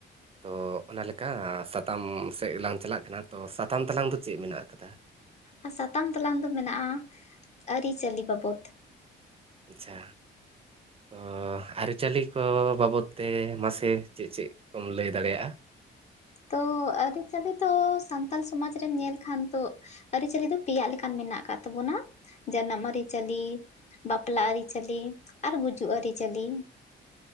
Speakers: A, on the right (about 30°); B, on the left (about 35°).
A: ᱛᱚ ᱚᱱᱟ ᱞᱮᱠᱟ ᱥᱟᱛᱟᱢ ᱥᱮᱫ ᱜᱮᱞᱟᱝ ᱪᱟᱞᱟᱜ ᱠᱟᱱᱟ ᱛᱚ ᱥᱟᱛᱟᱢ ᱛᱟᱞᱟᱝ ᱫᱚ ᱪᱮᱫ ᱢᱮᱱᱟᱜ ᱟᱠᱟᱫᱟ?
B: ᱟᱨ ᱥᱟᱛᱟᱢ ᱛᱟᱞᱟᱝ ᱫᱚ ᱢᱮᱱᱟᱜᱼᱟ, ᱟᱹᱨᱤᱪᱟᱹᱞᱤ ᱵᱟᱵᱚᱫ,
A: ᱟᱪᱪᱷᱟ, ᱛᱚ ᱟᱹᱨᱤᱪᱟᱹᱞᱤ ᱠᱚ ᱵᱟᱵᱚᱫ ᱛᱮ ᱢᱟᱥᱮ ᱪᱮᱫ ᱪᱮᱫ ᱠᱚᱢ ᱞᱟᱹᱭ ᱫᱟᱲᱮᱭᱟᱜᱼᱟ?
B: ᱛᱚ ᱟᱹᱨᱤᱪᱟᱹᱞᱤ ᱫᱚ ᱥᱟᱱᱛᱟᱲ ᱥᱚᱢᱟᱡᱽ ᱨᱮᱢ ᱧᱮᱞ ᱠᱷᱟᱱ ᱛᱚ ᱟᱹᱨᱤᱪᱟᱹᱞᱤ ᱫᱚ ᱯᱮᱭᱟᱜ ᱞᱮᱠᱟᱱ ᱢᱮᱱᱟᱜ ᱟᱠᱟᱜ ᱛᱟᱵᱚᱱᱟ ᱡᱟᱱᱟᱢ ᱟᱹᱨᱤᱪᱟᱹᱞᱤ, ᱵᱟᱯᱞᱟ ᱟᱹᱨᱤᱪᱟᱹᱞᱤ, ᱟᱨ ᱜᱩᱡᱩᱜ ᱟᱹᱨᱤᱪᱟᱹᱞᱤ ᱾